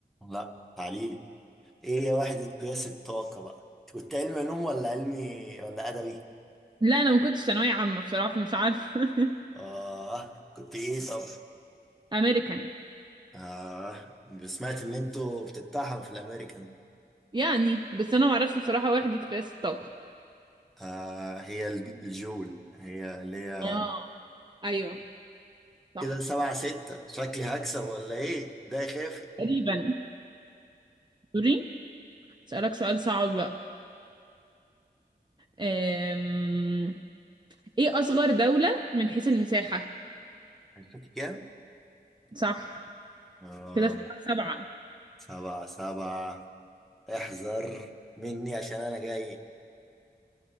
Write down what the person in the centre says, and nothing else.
لا تعالي لي إيه هي وحدة قياس الطاقة بقى؟ أنت كنت علمي علوم ولا علمي ولا أدبي؟
آه كنت إيه طب؟
آه سمعت ان انتوا بتتاحوا في الامريكان
آه هي الج- الجول هي اللي هي
كده سبعة ستة شكلي هكسب ولا ايه ده يا خافي
عرفتي كام
آه
سبعة سبعة احذر مني عشان انا جاي